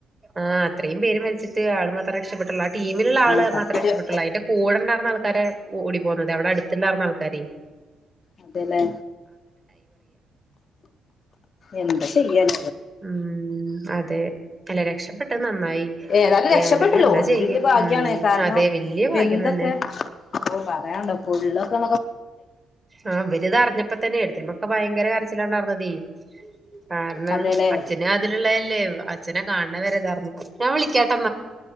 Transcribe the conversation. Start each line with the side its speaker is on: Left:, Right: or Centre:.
Right: ആ അത്രയും പേര് മരിച്ചിട്ട് ആള് മാത്രേ രക്ഷപ്പെട്ടുള്ളൂ ആ ടീമിലുള്ള ആള്
Left: ആ സത്യം
Right: മാത്രേ രക്ഷപ്പെട്ടുള്ളൂ അതിന്റെ കൂടെ ഉണ്ടായിരുന്ന ആൾ ആക്ക ഓടി പോന്നുന്നത് അവിടെ അടുത്തല്ലായിർന്ന ആൾക്കാര
Left: അതല്ലേ എന്താ ചെയ്യാന
Right: ഉ അതെ നല്ല രക്ഷപ്പെട്ടത് നന്നായി
Left: ഏതായാലും
Right: ഏഹ്
Left: രക്ഷപ്പെട്ടല്ലോ
Right: അല്ലെങ്കി എന്താ
Left: അത്
Right: ചെയ്യാ
Left: വലിയ ഭാഗ്യാണ്
Right: ഉം
Left: കാരണം
Right: അതെ വല്യ ഭാഗ്യം
Left: എന്തൊക്കെ
Right: തന്നെ
Left: അപ്പ പറയണ്ട പൊള്ളൊക്കെ
Right: ആ വരുത അറിഞ്ഞപ്പോ തന്നെ എടു <unintelligible> മൊക്കെ ഭയങ്കര കരച്ചിലാർഞ്ഞതേ കാരണം
Left: അതെല്ലേ
Right: അച്ഛനും അതിലുള്ളെല്ലേ അച്ഛെനെ കാൺണവരേ ഇതറിഞ്ഞ